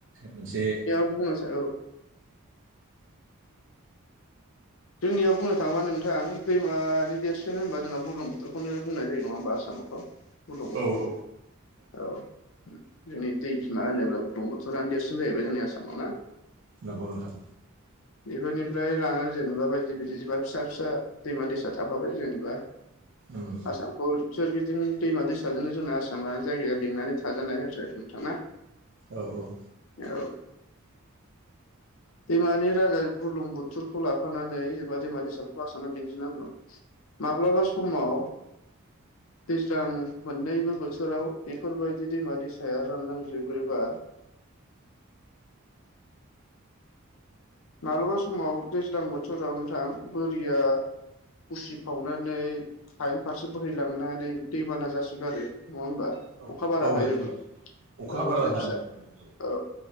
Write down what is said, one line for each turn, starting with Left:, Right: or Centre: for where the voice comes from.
Right: मोनसे
Left: सार औ जोंनियाव बुंनो थाङोबा नोंथां दैमानि देरसोन होनबा जोंना बुलम बोथोरखौनो बुंनाय जायो नङा होमबा आसामावथ' बुदं बोथोर
Right: औ औ
Left: औ जोंनि दै बिमा होनोब्ला बुदं बथोर ुरानो देरसिन जाहैबाय जोंनि आसामाव ना
Right: नंगौ नोंथां
Left: बेफोरनिफ्राय लानानै जेनेबा बायदि बायदि जबा फिसा फिसा दैमा दैसा थाफाबाय जेनेबा
Right: उम
Left: आसामखौ सोरगिदिं दैमा दैसाजोंनो जोंना आसामा जायगाया बेंनानै थाजानाय आरो नोंथाङा <inaudible>
Right: औ औ
Left: औ दैमानि राजा गुलुं बुथुरखौ लाफानानै जेनेबा दैमा दैसाफोरखौ आसामानाव दिन्थिनांगौ माब्लाबा समाव दैज्लां मोननैबो बोथोराव बेफोरबायदि दैमा दैसाया रानलांजोबोबा माब्लाबा समाव दैज्लां बोथोराव नथां बोरिया उसिफावनानै टाइम फारसे बोहैलांनानै दैबाना जासोगारो नङा हबा
Right: औ
Left: अखा बारा
Right: औ
Left: हायोब्ला
Right: जायो अखा
Left: औ
Right: बारा
Left: बे फिसा
Right: जायो
Left: औ